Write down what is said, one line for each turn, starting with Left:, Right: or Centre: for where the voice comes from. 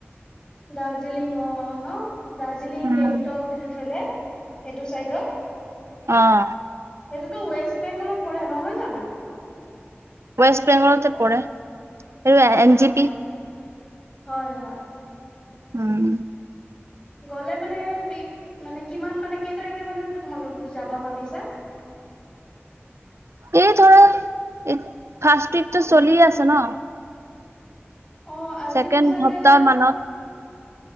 Left: দাৰ্জিলিং অঁ' ন' দাৰ্জিলিং
Right: উম,
Left: গেংটক সেইফালে সেইটো চাইডত।
Right: অঁ।
Left: সেইটোতো ওৱেষ্ট বেংগলত পৰে, নহয় জানো?
Right: ওৱেষ্ট বেংগলতে পৰে। এই
Left: হয়
Right: এন জি
Left: হয়,
Right: পি
Left: হয় হয়।
Right: উম
Left: গ'লে মানে মানে কিমান মানে কেই তাৰিখে মানে তোমালোক যাবা ভাবিছা
Right: এই ধৰা এই ফাৰ্ষ্ট উইকটো চলিয়ে আছে ন!
Left: অ' আজিতো
Right: ছেকেণ্ড
Left: চাগে
Right: সপ্তাহ মানত